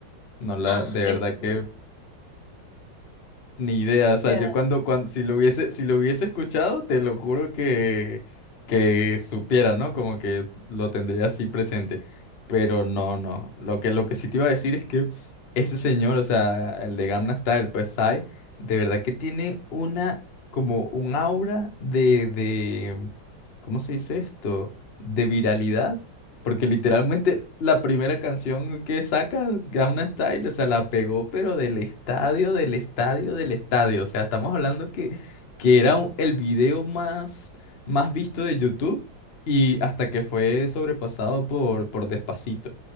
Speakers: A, on the left; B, on the left.
A: no la,
B: Ah,
A: de
B: es
A: verdad que Ni idea, o sea,
B: de
A: yo
B: verdad.
A: cuando, cuando, si lo hubiese, si lo hubiese escuchado, te lo juro que, que supiera, ¿no? Como que lo tendría así presente. Pero no, no. Lo que, lo que sí te iba a decir es que ese señor, o sea, el de Gamma Style, pues Psy, de verdad que tiene una, como un aura de, de, ¿cómo se dice esto? De viralidad porque literalmente la primera canción que saca Gangnam Style, o sea, la pegó, pero del estadio, del estadio, del estadio. O sea, estamos hablando que, que era un- el video más, más visto de YouTube y hasta que fue sobrepasado por, por Despacito.